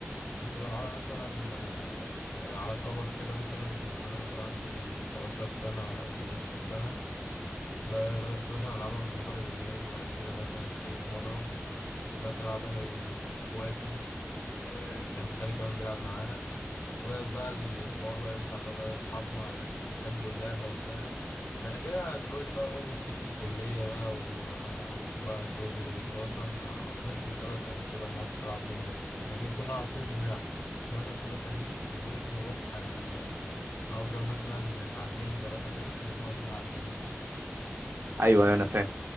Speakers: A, on the left; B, on the right.
A: كنت بلعبها مثلا آه، على كبر كده مثلا وأنا مثلا عندي 17 سنة أو 18 سنة ب- بدأت مثلا ألعبها من مضرب النادي بعد كده مثلا اشتريت مضرب وبدأت ألعب أنا وإخواتي وكان خالي كمان بيلعب معانا وبدأت بقى الحوار بقى يوسع بقى بقى أصحابنا يحبوا اللعبة وبتاع بعد كده دلوقتي بقى أول ما دخلت الكلية بقى و- وبقى شغل ودراسة ما عدناش بنتقابل قد كده وما عدتش بلعب بينج قد كده لكن كنا على طول بنلعب كنا مثلا كل خميس بالليل نروح آه، نأجر مثلا ساعتين ثلاثة بينج ونقعد نلعب بينج
B: ايوه ايوه انا فاهم